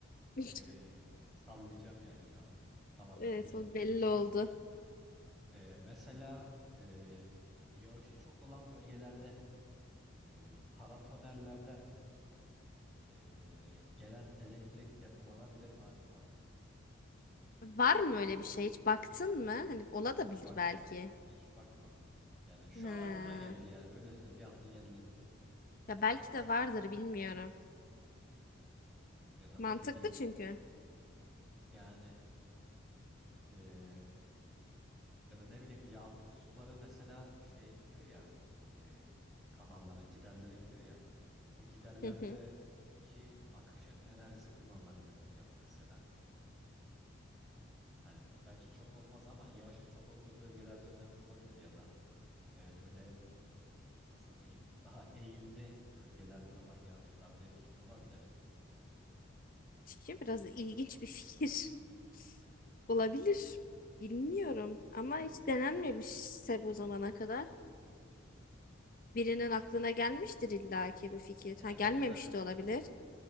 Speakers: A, on the left (about 45°); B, in the centre.
A: <laughs>
B: e, sallayacağım yani şu an. Tamamen
A: Evet
B: bilim
A: o belli
B: dışı.
A: oldu.
B: E, mesela e, yağışı çok olan bölgelerde e, paratonellerden e, gelen elektrik depolanabilir mi acaba?
A: Var mı öyle bir şey? Hiç baktın mı? Hani ola
B: Hiç
A: da bilir
B: bakmadım.
A: belki.
B: Hiç bakmadım. Yani şu
A: Ha.
B: an aklıma geldi yani öylesine bir anda geldi.
A: Ya belki
B: Düşünüyordum.
A: de vardır bilmiyorum.
B: Ya da
A: Mantıklı
B: ne bileyim
A: çünkü.
B: yani e, ya da ne bileyim yağmur suları mesela şeye gidiyor ya e, kanallara giderlere gidiyor ya. o giderlerdeki
A: Hı hı.
B: akışın enerjisi kullanılabilir mi ya da mesela hani belki çok olmaz ama yağışın çok olduğu bölgelerde önemli olabilir ya da e, böyle nasıl diyeyim daha eğimli bölgelerde olan yağışlarda etkili olabilir.
A: Çünkü biraz ilginç bir fikir. <laughs> Olabilir. Bilmiyorum ama hiç denenmemişse bu zamana kadar. Birinin aklına
B: Ya,
A: gelmiştir illaki bu fikir.
B: ya,
A: Ha gelmemiş
B: o yüzden dedim
A: de olabilir.
B: zaten.